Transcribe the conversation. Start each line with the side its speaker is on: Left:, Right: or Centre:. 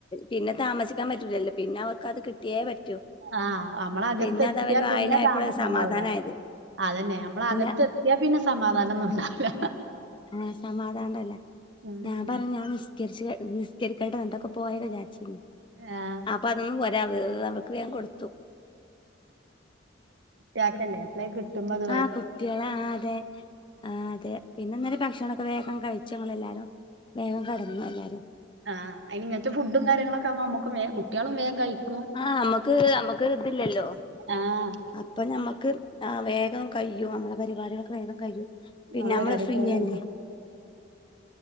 Left: പിന്നെ താമസിക്കാൻ പറ്റൂലല്ലോ പിന്നെ അവർക്കത് കിട്ടിയേ പറ്റൂ
Right: ആഹ് നമ്മളകത്തെത്തിയാ
Left: പിന്നെ അത് അവര്
Right: പിന്നെ
Left: വായിലായപ്പോഴ
Right: താമസുണ്ടാവൂല
Left: സമാധാനായത്
Right: അതന്നെ നമ്മളകത്തെത്തിയാ
Left: ഇല്ല
Right: പിന്നെ സമാധാനംന്നുംണ്ടാവില്ല
Left: ആഹ് സമാധാനല്ല
Right: ഉം
Left: ഞാൻ പറഞ്ഞാൻ നിസ്കരിച്ച നിസ്കരിക്കേണ്ട എന്തക്കെ പോയെ വിചാരിച്ചിരുന്നു
Right: ആഹ്
Left: അപ്പൊ അതൊന്നും പോരാ അവക്ക്ൻ കൊടുത്തു
Right: ണ്ടാക്കല്ലേ ത്രേം കിട്ടുന്നത്
Left: ആഹ് കുട്ടികളെ ആ അതെ ആ അതെ പിന്നന്നാരേ ഭക്ഷണൊക്കെ വേഗം കഴിച്ചങ്ങളെല്ലാരും വേഗം കടന്നു എല്ലാരും
Right: ആഹ് അയിനിങ്ങനത്തെ ഫുഡും കാര്യങ്ങളക്കാകുമ്പ നമുക്കും വേ കുട്ടികളും വേഗം കഴിക്കും
Left: ആഹ് അമ്മക്ക് അമ്മക്ക് ഇതില്ലല്ലോ
Right: ആഹ്
Left: പ്പൊ ഞമ്മക്ക് ആ വേഗം കഴിയൂ പരിപാടികൾക്കെ വേഗം കഴിയും പിന്നമ്മള്
Right: നമ്മളെ പരിപാടിയൊക്കെ
Left: ഫ്രീയല്ലേ
Right: വേം കഴിക്കും